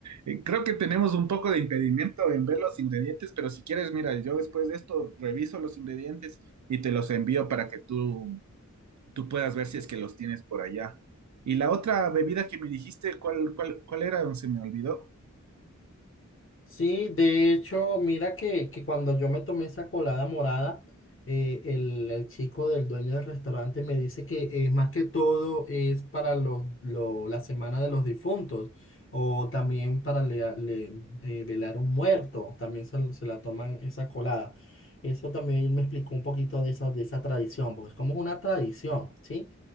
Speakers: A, on the right; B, on the left.
A: eh, creo que tenemos un poco de impedimento en ver los ingredientes, pero si quieres, mira, yo después de esto reviso los ingredientes y te los envío para que tú, tú puedas ver si es que los tienes por allá. Y la otra bebida que me dijiste, ¿cuál, cuál, cuál era? Se me olvidó.
B: Sí, de hecho, mira que, que cuando yo me tomé esa colada morada, eh, el, el chico del dueño del restaurante me dice que eh, más que todo es para los, lo- la semana de los difuntos o también para le- le- eh, velar un muerto, también se, se la toman esa colada. Eso también me explicó un poquito de esa, de esa tradición, porque es como una tradición, ¿sí?